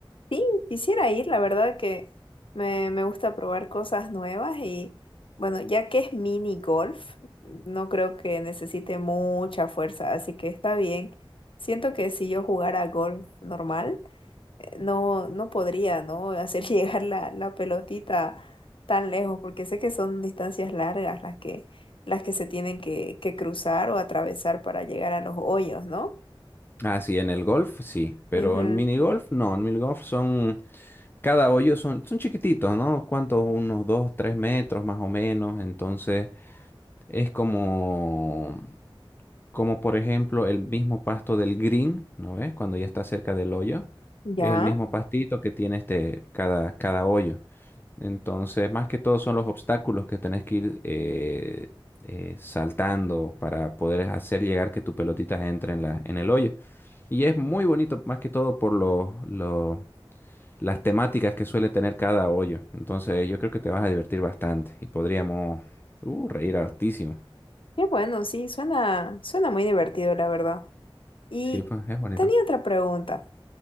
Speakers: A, on the left (about 70°); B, on the left (about 25°).
A: Sí, quisiera ir, la verdad que me, me gusta probar cosas nuevas y bueno, ya que es mini golf, no creo que necesite mucha fuerza, así que está bien. Siento que si yo jugara golf normal, eh, no, no podría, ¿no? Hacer <laughs> llegar la, la pelotita tan lejos, porque sé que son distancias largas las que, las que se tienen que, que cruzar o atravesar para llegar a los hoyos, ¿no?
B: Ah, sí, en el golf sí, pero
A: Ujú.
B: en minigolf no, en minigolf son, cada hoyo son, son chiquititos, ¿no? ¿Cuántos? Unos dos, tres metros más o menos, entonces es como, como por ejemplo el mismo pasto del green, ¿no ves? Cuando ya está cerca del hoyo,
A: Ya.
B: es el mismo pastito que tiene este, cada, cada hoyo. Entonces, más que todo son los obstáculos que tenés que ir eh, eh, saltando para poder hacer llegar que tu pelotita entre en la, en el hoyo. Y es muy bonito, más que todo por los, los- las temáticas que suele tener cada hoyo. Entonces, yo creo que te vas a divertir bastante y podríamos uh, reír hartísimo.
A: Qué bueno, sí, suena, suena muy divertido, la verdad. Y
B: Sí, pues es bonito.
A: tenía otra pregunta.